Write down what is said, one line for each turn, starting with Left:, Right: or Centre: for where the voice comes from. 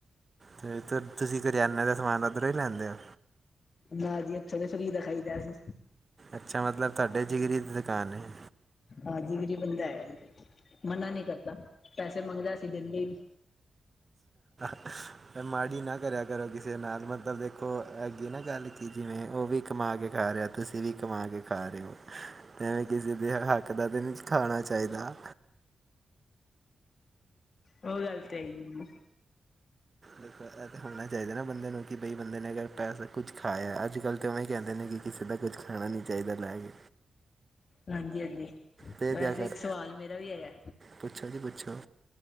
Right: ਤੇ ਤੁਸੀਂ ਕਰਿਆਨੇ ਦਾ ਸਮਾਨ ਉਧਰੋਂ ਹੀ ਲੈਂਦੇ ਹੋ।
Left: ਨਾ ਜੀ ਇਥੇ ਤੇ ਫਰੀ ਦਾ ਖਾਈ ਦਾ ਅਸੀ।
Right: ਅੱਛਾ ਮਤਲਬ ਤੁਹਾਡੇ ਜਿਗਰੀ ਦੀ ਦੁਕਾਨ ਹੈ।
Left: ਹਾਂਜੀ ਗਰੀਬ ਬੰਦਾ ਹੈ ਜੀ ਮਨਾ ਨਹੀਂ ਕਰਦਾ ਪੈਸੇ ਮੰਗਦਾ ਸੀ ਦਿੰਦੇ ਨੀ।
Right: ਅ ਮਾੜੀ ਨਾ ਕਰਿਆ ਕਰੋ ਕਿਸੇ ਨਾਲ ਮਤਲਬ ਦੇਖੋ ਹੈਗੀ ਨਾ ਗੱਲ ਕੀ ਜਿਵੇਂ ਉਹ ਵੀ ਕਮਾ ਕੇ ਖ਼ਾ। ਰਿਹਾ ਤੁਸੀਂ ਵੀ ਕਮਾ ਕੇ ਖਾ ਰਹੇ ਹੋ ਐਵੇਂ ਕਿਸੇ ਦੇ ਇੱਕ ਅੱਧਾ ਦਿਨ ਨਹੀਂ ਖਾਣਾ ਚਾਹੀਦਾ।
Left: ਉਹ ਗੱਲ ਤੇ ਹੈ।
Right: ਦੇਖੋ ਇਹ ਤਾਂ ਹੋਣਾ ਹੀ ਚਾਹੀਦਾ ਨਾ ਬੰਦੇ ਨੂੰ ਕਿ ਬਈ ਬੰਦੇ ਨੇ ਅਗਰ ਪੈਸਾ ਕੁੱਝ ਖਾਇਆ ਅੱਜ ਕੱਲ ਤੇ ਓਵੇਂ ਕਹਿੰਦੇ ਨੇ ਕਿ ਕਿਸੇ ਦਾ ਕੁਝ ਖਾਣਾ ਨਹੀਂ ਚਾਹੀਦਾ ਲੇ ਕੇ
Left: ਹਾਂਜੀ ਹਾਂਜੀ
Right: ਦੇ
Left: ਵੈਸੇ
Right: ਦਿਆ ਕਰ
Left: ਇੱਕ ਸਵਾਲ ਮੇਰਾ ਵੀ ਹੈਗਾ
Right: ਪੁੱਛੋ ਜੀ ਪੁੱਛੋ